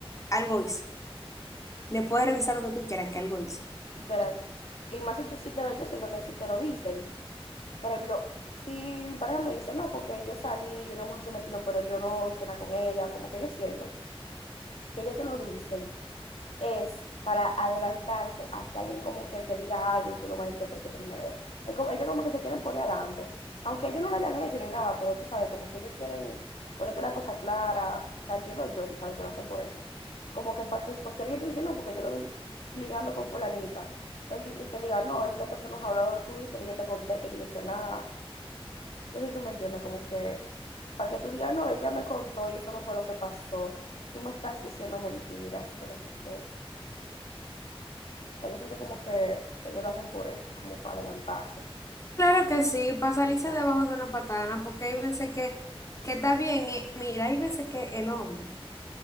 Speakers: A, on the left; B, on the left.
A: algo hizo. Le puedes revisar lo que tú quieras, que algo hizo.
B: literal. Y más si, te- si te lo, yo siento que si te lo dicen. Por ejemplo, si mi pareja me dice, no, porque yo salí y una mujer se me tiró, pero yo no cena con ella, como que yo siento que ellos te lo dicen, es para adelantarse a que alguien como que te diga algo y tú lo malinterpretes primero. Es como- ellos como que se quieren poner adelante, aunque ellos no lo hayan hecho ni nada, pero tú sabes, como que ellos quieren ponerte la cosa clara, o sea, entiendo yo, tú sabes que lo hacen por eso. Como que para que, por si alguien te dice, no, porque yo lo vi ligando con fulanita, él, di- él te diga, no, esa persona es un hablador tuyo, que yo te conté, que yo no hice nada no sé si tú me entiendes, como que para que tú digas, no, ella me contó y eso no fue lo que pasó. Tú me estás diciendo mentiras, que no sé qué. O sea, yo siento como que ellos lo hacen por eso, como para adelantarse.
A: Claro que sí, para salirse debajo de una patana, porque hay veces que, que está bien, eh, mira, hay veces que el hombre